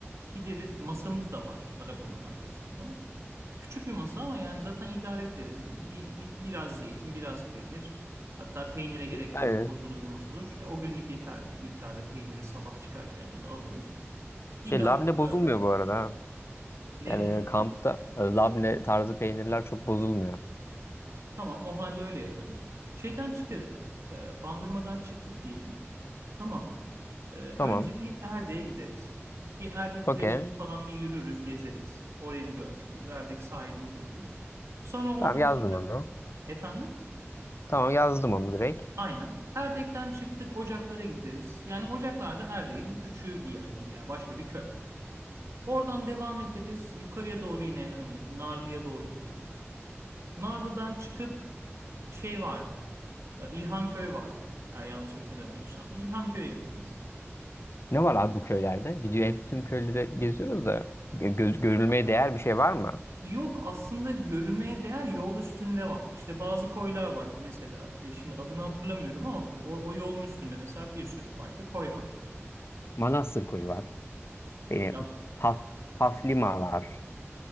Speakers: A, on the right; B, on the left.
A: Gideriz, masamız da var arabanın arkasında. Küçük bir masa ama yani zaten idare ederiz. Bir, bir- biraz zeytin, biraz peynir. Hatta peynire gerek
B: Aynen.
A: de yok. Bozulur bozulur. Ya o günlük yeterli miktarda peyniri sabah çıkarken yola alırız. İlla
B: Şey labne
A: o miktarda
B: bozulmuyor bu arada. ha.
A: ne
B: Yani
A: bozulmuyor?
B: kampta e, labne tarzı peynirler çok bozulmuyor.
A: Tamam o halde öyle yaparız. Şeyden çıkarız bak. e, Bandırmadan çıktık diyelim. Tamam mı? E, Önce
B: Tamam.
A: bir Erdek'e gideriz. Bir Erdek
B: Okey.
A: plajını falan bir yürürüz, gezeriz. Orayı bir görmüş oluruz. Erdek sahilini görürüz. Sonra oradan
B: Tamam yazdım
A: tekrar
B: onu.
A: efendim
B: Tamam yazdım onu direkt.
A: aynen Erdek'ten çıktık Ocaklar'a gideriz. Yani Ocaklar da Erdek'in küçüğü bir yer gibi yani başka bir köy. Oradan devam ederiz. Yukarıya doğru yine hani Narlı'ya doğru gideriz. Narlı'dan çıkıp şey vardı. E, İlhanköy vardı. Eğer yanlış hatırlamıyorsam. İlhanköy'e gideriz.
B: Ne var abi bu köylerde? Gidiyor hep tüm köyleri geziyoruz da gö- göz, görülmeye değer bir şey var mı?
A: Yok aslında görülmeye değer yol üstünde var. İşte bazı koylar var mesela. E, Şimdi adını hatırlamıyorum ama bu- o, o yolun üstünde mesela bir sürü farklı koy var.
B: Manastır koyu var. Benim
A: Ya
B: Haf- Haflima var.